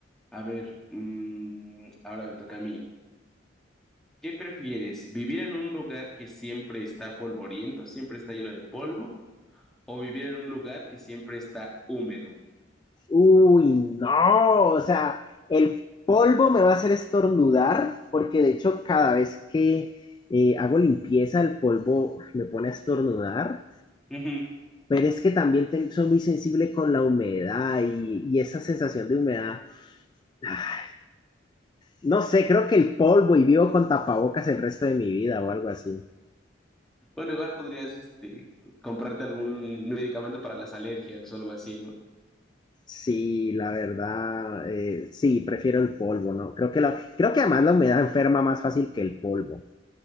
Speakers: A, in the centre; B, on the left.
A: A ver, mm, ahora me toca a mí. ¿Qué prefieres? ¿Vivir en un lugar que siempre está polvoriento, siempre está lleno de polvo, o vivir en un lugar que siempre está húmedo?
B: Uy, no, o sea, el polvo me va a hacer estornudar, porque de hecho, cada vez que eh, hago limpieza, el polvo me pone a estornudar,
A: <laughs> Ujú.
B: pero es que también tengo, soy muy sensible con la humedad y, y esa sensación de humedad. Ah, No sé, creo que el polvo y vivo con tapabocas el resto de mi vida o algo así.
A: Bueno, igual podrías, este, comprarte algún medicamento para las alergias o algo así, ¿no?
B: Sí, la verdad, eh, sí, prefiero el polvo, ¿no? Creo que, la, creo que además la humedad enferma más fácil que el polvo.